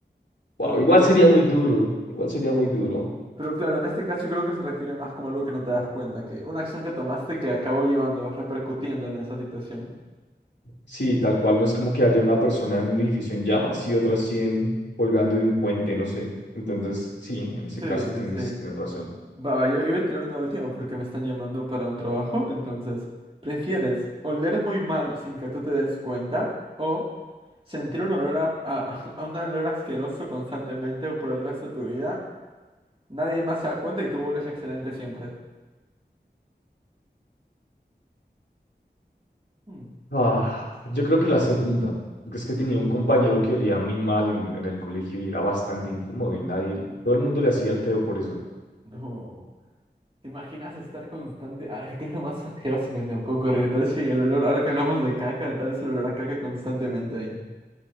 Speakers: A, on the right; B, on the left.
A: Pero
B: Wow, igual
A: claro,
B: sería
A: si
B: muy duro, igual sería muy duro.
A: Pero claro, en este caso yo creo que se refiere más como algo que no te das cuenta, que una acción que tomaste que acabó llevando, repercutiendo en esa situación.
B: Sí, tal cual, no es como que haya una persona en un edificio en llamas y otras 100 colgando de un puente, no sé. Entonces, sí, en ese
A: Sí,
B: caso
A: sí,
B: tienes,
A: sí.
B: tienes razón.
A: Va, va, yo iba a tirar una última porque me están llamando para un trabajo, entonces, ¿prefieres oler muy mal sin que tú te des cuenta o sentir un olor a, a, <laughs> a un olor asqueroso constantemente por el resto de tu vida? Nadie más se da cuenta y tú hueles excelente siempre. Hmm.
B: Ah, yo creo que la segunda, porque es que tenía un compañero que olía muy mal en, en el colegio y era bastante incómodo y nadie, todo el mundo le hacía el feo por eso.
A: No. ¿Te imaginas estar constante? A ver, ¿qué es lo más asqueroso que se puede ocurrir? Tal vez si el olor, ahora que hablamos de caca, tal vez el olor a caca constantemente ahí.